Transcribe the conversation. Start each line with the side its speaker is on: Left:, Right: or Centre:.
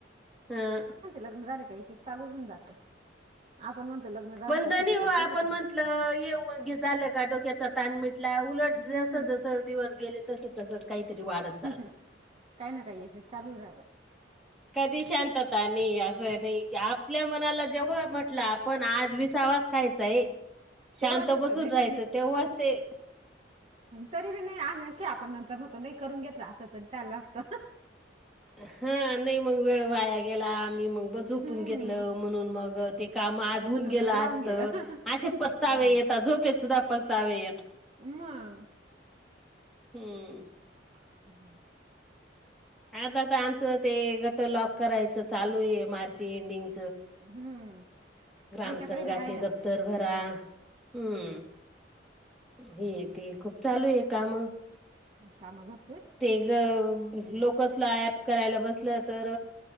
Centre: अ
Right: लग्न झाले का एक एक चालू होऊन जात. आपण म्हणतो लग्न
Centre: पण <unintelligible> दनी आपण
Right: कशात
Centre: म्हटल
Right: काय
Centre: ये झाल. का डोक्याचा ताण मिटला उलट
Right: हम्म
Centre: जस जस दिवस गेले तस तस काहीतरी वाढत चालत.
Right: हम्म. काही ना काही एक एक चालूच राहत.
Centre: कधी शांतता नाही असय बाई की आपल्या मनाला जेव्हा म्हटल आपण आज. वाज खायचा आहे शांत
Right: तेव्हाच होतं
Centre: बसून
Right: नाही
Centre: राहायच
Right: तर नाही
Centre: तेव्हाच ते
Right: तरी बी नाही आणखी आपण नंतर म्हणतो नाही करून घेतल असत तरी चालल असत.
Centre: हा नाही मग वेळ वाया गेला मी मग झोपून
Right: हम्म.
Centre: घेतल म्हणून मग ते काम आज होऊन
Right: म्हणूनच
Centre: गेल असत
Right: राहून गेलं.
Centre: असे पस्तावे
Right: हम्म
Centre: येतात झोपेत सुद्धा पस्त तावे येतात
Right: मग
Centre: हम्म.
Right: <inaudible>
Centre: हा आता तर आमच ते गट लॉक करायच चालू ये मार्च एंडिंग.
Right: हम्म.
Centre: ग्राम
Right: आमच्याकडे
Centre: संंघाचे
Right: बी आहे ना
Centre: दप्तर
Right: बाई
Centre: भरा हम्म. हे ते खूप चालू आहे काम.
Right: काम भर
Centre: ते ग लोकसला ऍप करायला बसल तर